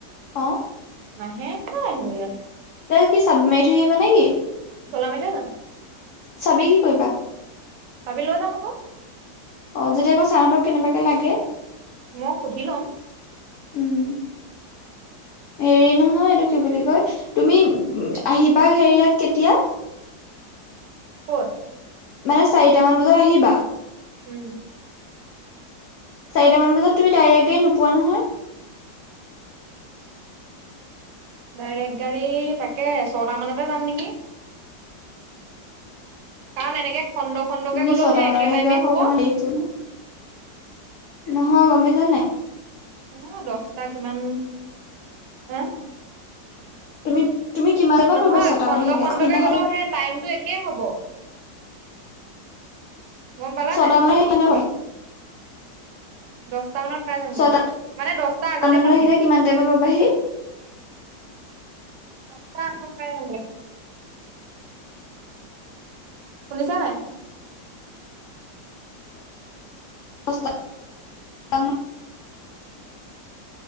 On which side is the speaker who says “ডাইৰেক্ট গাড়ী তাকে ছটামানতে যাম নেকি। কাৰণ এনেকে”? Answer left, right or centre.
Right